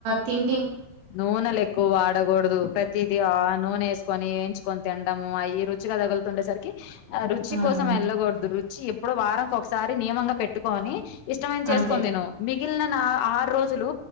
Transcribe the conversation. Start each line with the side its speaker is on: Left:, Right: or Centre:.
Right: తిం
Left: నూనెలు ఎక్కువ వాడకూడదు ప్రతిదీ ఆ నూనె వేసుకొని వేయించుకొని తినడం అయ్యి రుచి గా తగులుతుండే సరికి ఆ రుచి
Right: హ్మ్.
Left: కోసం ఎలకూడదు రుచి చి ఎప్పుడు వారం కి ఒకసారి నియమంగా పెట్టుకొని ఇష్టమైనవి చేసుకోని
Right: అంతే.
Left: తిను మిగిలిన నా ఆరు రోజులు